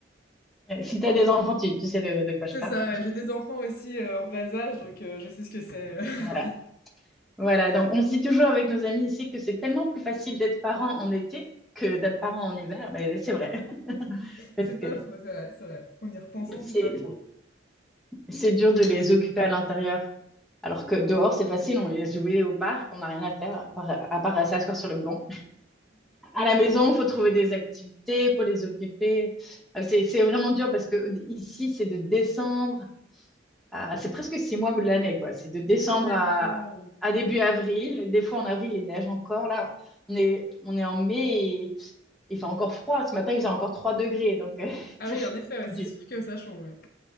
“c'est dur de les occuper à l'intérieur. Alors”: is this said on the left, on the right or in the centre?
Centre